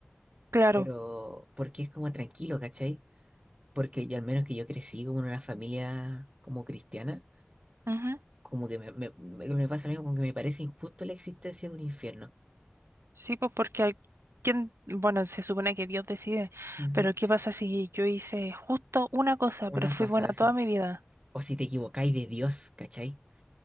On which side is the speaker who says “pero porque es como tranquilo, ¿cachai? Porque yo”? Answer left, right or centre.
Right